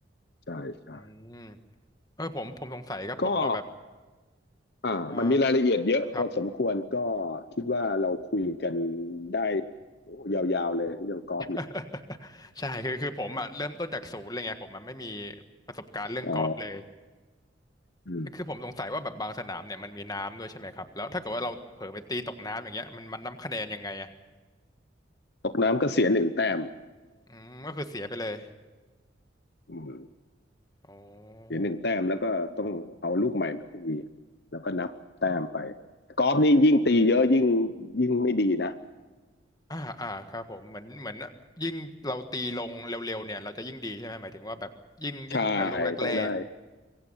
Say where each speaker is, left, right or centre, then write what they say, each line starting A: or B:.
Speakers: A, on the left; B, on the left.
A: ใช่ใช่
B: อืมเออผมผมสงสัยครับผมว่าแบบ
A: ก็ อ่ามันมีรายละเอียดเยอะพอสมควรก็
B: เออครับ
A: คิดว่าเราคุยกันได้โอ้ยาวๆเลยเรื่องกอล์ฟเนี่ย
B: <laughs> ใช่คือคือผมอ่ะเริ่มต้นจากศูนย์เลยไงผมมันไม่มีประสบการณ์เรื่องกอล์ฟเลย
A: อ๋ออืม
B: คือผมสงสัยว่าแบบบางสนามเนี่ยมันมีน้ำด้วยใช่ไหมครับแล้วถ้าเกิดว่าเราเผลอไปตีตกน้ำอย่างเงี้ยมันมันนับคะแนนยังไงอ่ะ
A: ตกน้ำก็เสียหนึ่งแต้ม
B: อืมก็คือเสียไปเลย
A: อืม
B: อ๋อ
A: เสียหนึ่งแต้มแล้วก็ต้องเอาลูกใหม่มาตีแล้วก็นับแต้มไปกอล์ฟนี่ยิ่งตีเยอะยิ่งยิ่งไม่ดีนะ
B: อ่าอ่าครับผมเหมือนเหมือนยิ่งเราตีลงเร็วๆเนี่ยเราจะยิ่งดีใช่ไหมหมายถึงว่าแบบยิ่งยิ่งลงแต่ลูกแรก
A: ใช่ต้องได้